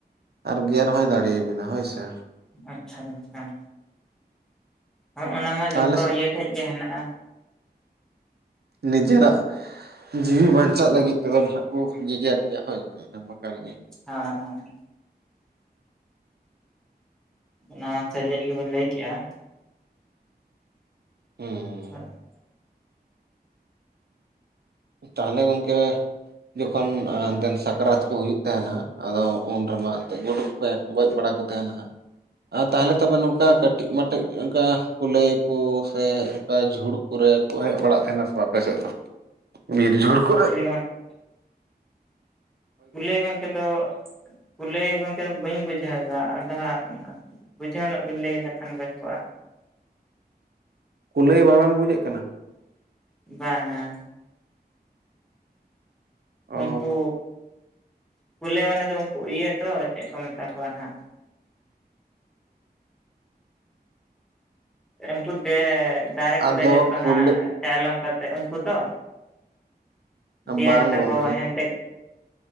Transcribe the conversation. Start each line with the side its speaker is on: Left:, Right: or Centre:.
Right: ᱟᱨ ᱜᱮᱨ ᱦᱚᱸᱭ ᱫᱟᱲᱮᱭᱟᱵᱤᱱᱟ ᱦᱳᱭ ᱥᱮ᱾
Centre: ᱟᱪᱪᱷᱟ <inaudible> ᱦᱚᱜᱼᱱᱟ ᱢᱟ
Right: ᱛᱟᱦᱚᱞᱮ
Centre: ᱡᱚᱛᱚ ᱤᱭᱟᱹ ᱴᱷᱮᱡ ᱜᱮ ᱦᱮᱱᱟᱜᱼᱟ᱾
Right: ᱱᱤᱡᱮᱨᱟᱜ ᱡᱤᱣᱤ ᱵᱟᱧᱪᱟᱜ ᱞᱟᱹᱜᱤᱫ ᱛᱮᱫᱚ ᱱᱟᱦᱟᱜ ᱠᱚ ᱜᱮᱮᱜᱮᱨ ᱜᱮᱭᱟ ᱦᱳᱭ ᱚᱱᱟᱢᱟ ᱠᱟᱱ ᱜᱮ
Centre: ᱦᱮᱸ ᱦᱮᱸ ᱦᱮᱸ ᱚᱱᱟ ᱥᱟᱹᱨᱤᱭᱟᱜ ᱜᱮᱵᱤᱱ ᱞᱟᱹᱭ ᱠᱮᱜᱼᱟ᱾
Right: ᱦᱩᱸ
Centre: ᱦᱚ ᱟᱪᱪᱷᱟ᱾
Right: ᱛᱟᱦᱚᱞᱮ ᱜᱚᱝᱠᱮ ᱡᱚᱠᱷᱚᱱᱼᱼ ᱥᱟᱠᱨᱟᱛ ᱠᱚ ᱦᱩᱭᱩᱜ ᱛᱟᱦᱮᱱᱟ ᱟᱫᱚ ᱩᱱ ᱨᱮᱢᱟ ᱮᱱᱛᱮᱫ ᱜᱩᱰᱩᱠ ᱯᱮ ᱜᱚᱡ ᱵᱟᱲᱟ ᱠᱚ ᱛᱟᱦᱮᱱᱟ? ᱛᱟᱦᱚᱞᱮ ᱛᱚᱵᱮ ᱱᱚᱝᱠᱟ ᱠᱟᱹᱴᱤᱡ ᱢᱟᱹᱴᱮᱡ ᱚᱱᱠᱟ ᱠᱩᱞᱟᱹᱭ ᱠᱚ ᱥᱮ ᱚᱱᱠᱟ ᱡᱷᱩᱲᱼᱼ ᱯᱩᱨᱟ. ᱠᱚ ᱦᱮᱡ ᱵᱟᱲᱟᱜ ᱠᱟᱱᱟ ᱥᱮ ᱵᱟᱝ ᱟᱯᱮ ᱥᱮᱫ ᱫᱚ ᱵᱤᱨ ᱡᱷᱩᱲ ᱠᱚ
Centre: <unintelligible> ᱠᱩᱞᱟᱹᱭ ᱜᱚᱝᱠᱮ ᱫᱚ ᱠᱩᱞᱟᱹᱭ ᱜᱚᱝᱠᱮ ᱫᱚ ᱵᱟᱹᱧ ᱵᱩᱡᱷᱟᱹᱣ ᱮᱫᱟ ᱟᱨ ᱫᱷᱟᱨᱟ ᱵᱩᱡᱷᱟᱹᱣ ᱧᱚᱜ ᱵᱤᱱ ᱞᱟᱹᱭ ᱞᱮᱠᱷᱟᱱ ᱵᱮᱥ ᱠᱚᱜᱼᱟ᱾
Right: ᱠᱩᱞᱟᱹᱭ ᱵᱟᱵᱮᱱ ᱵᱩᱡᱮᱫ ᱠᱟᱱᱟ?
Centre: ᱵᱟᱝᱼᱟ?
Right: ᱚ
Centre: ᱩᱱᱠᱩ ᱠᱩᱞᱟᱹᱭ ᱢᱟᱱᱮ ᱫᱚ ᱩᱱᱠᱩ ᱤᱭᱟᱹ ᱛᱚ ᱪᱮᱫ ᱠᱚ ᱢᱮᱛᱟ ᱠᱚᱣᱟ ᱱᱟᱦᱟᱜ? ᱩᱱᱠᱩ ᱫᱮ ᱫᱟᱨᱮ ᱠᱚ
Right: ᱟᱫᱚ
Centre: ᱫᱮᱡᱚᱜ ᱫᱚ
Right: ᱠᱩᱞᱟᱹ
Centre: ᱱᱟᱜᱼᱼ ᱪᱟᱭᱞᱚᱢ ᱠᱟᱛᱮ ᱩᱱᱠᱩ ᱛᱚ ᱫᱮᱤᱭᱟ
Right: ᱵᱟᱝ
Centre: ᱨᱮᱛᱟᱠᱚ
Right: ᱜᱚᱝᱠᱮ
Centre: ᱦᱮᱸᱫᱮ